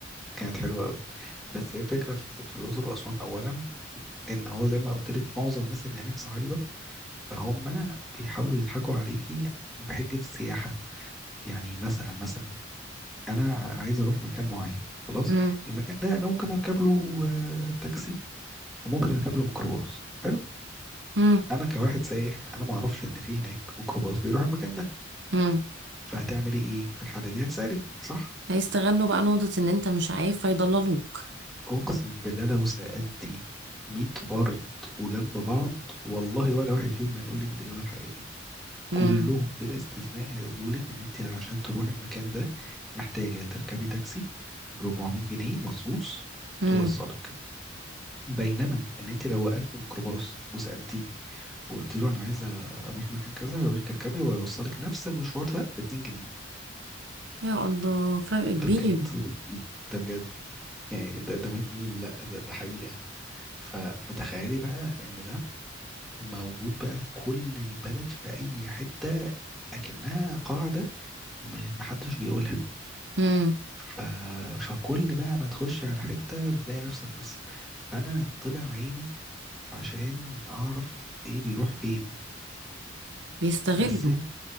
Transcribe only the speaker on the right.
مم.
مم.
مم.
هيستغلوا بقى نقطة ان انت مش عارف فيضللوك
مم.
مم.
يا الله فرق كبير
مم.
بيستغلوا